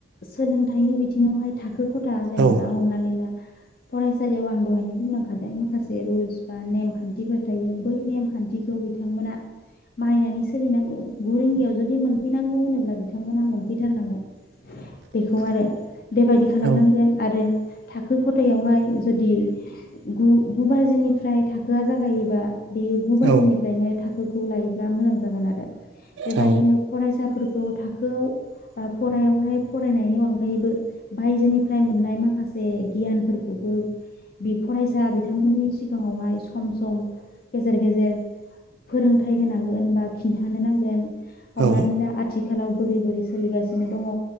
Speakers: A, on the left (about 50°); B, on the right (about 65°).
A: सोलोंथाइनि बि बिथिङावहाय था <inaudible> खो खथा जेनेबा
B: औ
A: हमनानै ला फरायसालियाव आं <inaudible> सलांखादों माखासे रुल्स बा नेमखान्थिफोर थायो बै नेम खान्थिखौ बिथांमोना <inaudible> बायनानै सोलिनांगोन गु रिंगायाव जुदि मोनफैनांगौ होनोब्ला बिथांमोनहा मोनफैथारनांगोन बेखौ आरो बेबायदि खालामनांगोन
B: औ
A: आरो थाखो खथायावहाय जुदि गु गुबाजिनिफ्राय थाख थाखोआ जागायोबा बेयो गु बाजिनिफ्रायनो
B: औ
A: थाखोखौ लायोब्ला मोजां जागोन आरो बेबायदिनो
B: औ
A: फरायसा फोर स थाखोवाव फरायावहाय फरायनायनि अनगायैबो बायजोनिफ्राय मोननाय माखासे गियानफोरखौबो बे फरायसा बिथांमोननि सिगांङावहाय सम सम गेजेर गेजेर फोरोंथाइ होनांगोन बा खिन्थानो नांगोन हमनानैनो
B: औ
A: आथिखालाव बोरै बोरै सोलिगासिनो दंङ